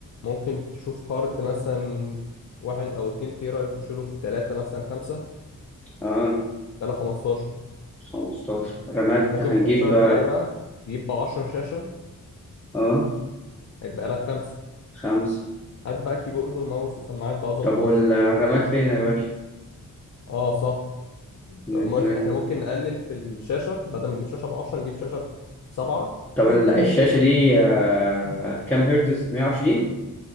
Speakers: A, on the left; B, in the centre.
A: ممكن تشوف هارد مثلا واحد او اتنين تيرا يخش له في تلاتة مثلا خمسة
B: اه
A: بقى 15
B: 15 رامات
A: ممكن
B: هنجيب
A: ب 15 بقى بقى تجيب ب 10 شاشة
B: اه
A: هيتبقى لك خمسة
B: خمس
A: هات بقى كيبورد وماوس وسماعات بقى وظبط
B: طب والرامات
A: نفسك يعني بالحاجات
B: فين
A: دي
B: يا باشا
A: اه صح طب
B: من
A: مو-
B: فين؟
A: احنا ممكن نقلل في الشاشة بدل ما نجيب شاشة ب 10 نجيب شاشة ب 7
B: طب ال-
A: <coughs>
B: الشاشه دي آه،
A: <clears throat>
B: كام هرتز 120